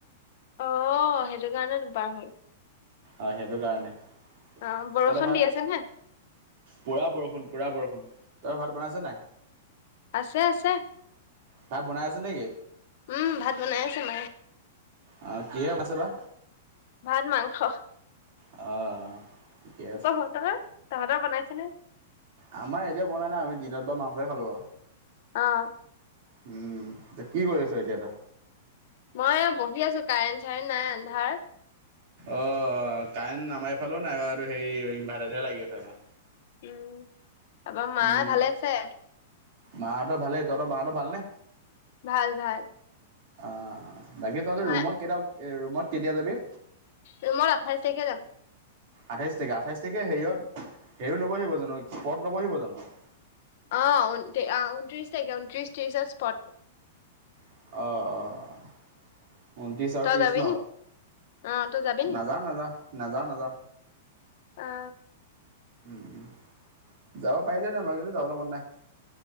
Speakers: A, on the left; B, on the right.
A: অঁ সেইটো কাৰণে দুবাৰ হ'ল
B: অ সেইটো কাৰণে
A: অ বৰষুণ
B: তহঁতৰ ভাত
A: দি আছে নে
B: পুৰা বৰষুণ পুৰা বৰষুণ তই ভাত বনাইছ নাই
A: আছে আছে।
B: ভাত বনাই আছে নেকি
A: উম ভাত বনাই আছে মায়ে।
B: অ কিহে বাইছে বাা
A: ভাত মাংস
B: অ ঠিকে আছে
A: তহঁত তাহাঁতৰ বনাইছে নে
B: আমাৰ এতিয়া বনাই নাই আমি দিনত বা মাংসই খালো আৰু
A: অ
B: উম এতিয়া কি কৰি আছ এতিয়া তই
A: মই বহি আছো কাৰেণ্ট চাৰেণ্ট নাই আন্ধাৰ
B: অ কাৰেণ্ট আমাৰ এইফালেও নাই বাৰু হেৰি ইনভাৰ্টাৰতহে লাগি আছে আমাৰ
A: উম তাৰ পৰা মা
B: উম,
A: ভালে আছে
B: মাহঁতৰ ভালে তহঁতৰ মাহঁতৰ ভাল নে
A: ভাল ভাল
B: অ বাকী তহঁতি
A: মা
B: ৰুমত কেইটা ৰুমত কেতিয়া যাবি
A: ৰুমত আঠাইছ তাৰিখে যাম
B: আঠাইছ তাৰিখে আঠাইছ তাৰিখে হেৰিয়ত হেৰিও নবহিব জানো পত নবহিব জানো
A: অ অহ ঊনত্ৰিছ তাৰিখে ঊনত্ৰিশ ত্ৰিছত স্পট
B: অ অ অ ঊনত্ৰিছ আৰু
A: তই
B: ত্ৰিছ
A: যাবি
B: ন
A: নি? অ তই যাবি নি?
B: নাযাও নযাও নাযাও নাযাও
A: অ
B: উ উ যাব পাৰিলে হেতেন মোৰ কিন্তু যাবলৈ মন নাই